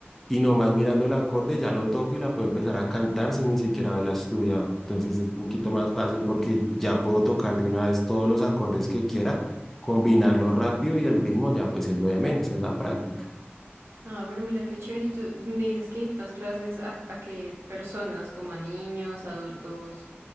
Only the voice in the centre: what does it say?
y nomás mirando el acorde ya lo toco y la puedo empezar a cantar sin ni siquiera haberla estudiado. Entonces es un poquito más fácil porque ya puedo tocar de una vez todos los acordes que quiera, combinarlo rápido y el ritmo ya pues es lo de menos, es la práctica.